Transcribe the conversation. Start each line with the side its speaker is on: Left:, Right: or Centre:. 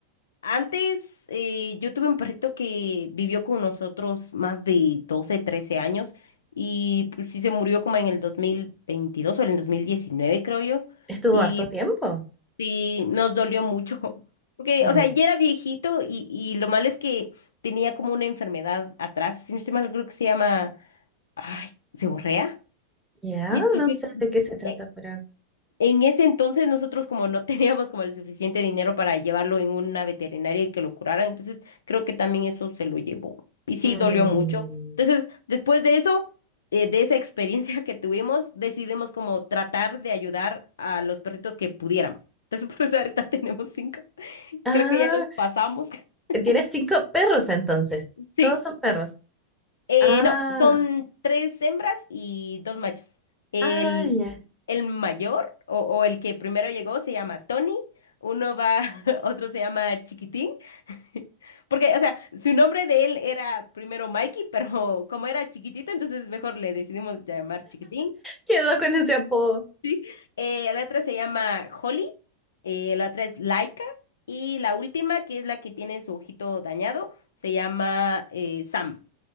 Left: Antes eh, yo tuve un perrito que vivió con nosotros más de 12, 13 años y pues sí se murió como en el 2022 o en el 2019 creo yo
Centre: estuvo
Left: y
Centre: harto tiempo.
Left: sí nos dolió mucho <laughs> porque
Centre: Em,
Left: o sea ya era viejito y, y lo malo es que tenía como una enfermedad atrás, si no estoy mal creo que se llama ay, seborrea
Centre: ya,
Left: y entonces
Centre: no sé de qué se trata,
Left: e-
Centre: pero...
Left: en ese entonces nosotros como no <laughs> teníamos como el suficiente dinero para llevarlo en una veterinaria y que lo curaran, entonces creo que también eso se lo llevó. Y sí,
Centre: Mm.
Left: dolió mucho. Entonces, después de eso, eh, de esa experiencia <laughs> que tuvimos, decidimos como tratar de ayudar a los perritos que pudiéramos. Entonces, <laughs> por eso ahorita tenemos cinco. <laughs>
Centre: Ah,
Left: Creo que ya nos pasamos. <laughs>
Centre: tienes cinco perros entonces.
Left: Sí,
Centre: Todos son perros.
Left: Eh,
Centre: Ah,
Left: no, son tres hembras y dos machos. El,
Centre: ah, ya.
Left: el mayor o, o el que primero llegó se llama Tony, uno va, <laughs> otro se llama Chiquitín, <laughs> porque, o sea, su nombre de él era primero Mikey, <laughs> pero como era chiquitito, entonces mejor le decidimos llamar Chiquitín.
Centre: Quedó con ese apodo.
Left: Sí. Eh, la otra se llama Holly, eh, la otra es Laika y la última, que es la que tiene su ojito dañado, se llama eh, Sam.